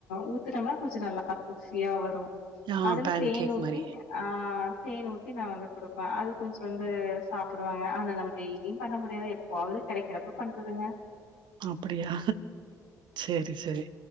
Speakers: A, on the left; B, on the right.
A: ஊத்தினோம்னா கொஞ்சம் நல்லா குஃபியா வரும்
B: ஆ
A: அதுல
B: பேன்
A: தேன்
B: கேக்
A: ஊத்தி
B: மாரி
A: ஆஹ் தேன் ஊத்தி நான் வந்து கொடுப்பேன் அது கொஞ்சம் வந்து சாப்பிடுவாங்க அத நம்ம டெய்லியும் பண்ண முடியாது போவது கேடைக்கிறப்ப பண்றதுங்க
B: அப்டியா செரி செரி